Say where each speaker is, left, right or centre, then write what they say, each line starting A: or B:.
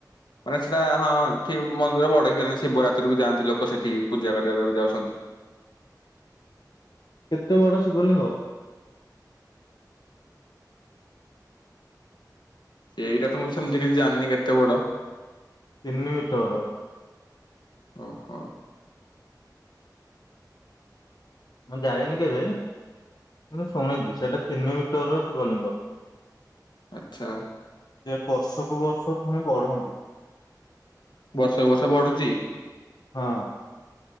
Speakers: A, on the left; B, on the left.
A: ମାନେ ସେଇଟା ହଁ ଠିକ ମନ୍ଦିର ବଡ ହେଇଗଲାଣି, ଶିବରାତ୍ରୀକୁ ଯାଆନ୍ତି ଲୋକ ସେଠିକି ପୂଜା କରିବାକୁ। ଯାଉଛନ୍ତି।
B: କେତେ ବଡ ଶିବ ଲିଙ୍ଗ?
A: ଏଇଟା ତ ମୁଁ ସେମତି କିଛି ଜାଣିନି କେତେ ବଡ?
B: ତିନି ମିଟରର।
A: ଓହୋ।
B: ମୁଁ ଯାଇନି କେବେ ମୁଁ ଶୁଣିଛି, ସେଇଟା ତିନି ମିଟରର ଶିବଲିଙ୍ଗ।
A: ଆଚ୍ଛା।
B: ସିଏ ବର୍ଷକୁ ବର୍ଷ ପୁଣି ବଢନ୍ତି।
A: ବର୍ଷକୁ ବର୍ଷ ବଢୁଛି?
B: ହଁ।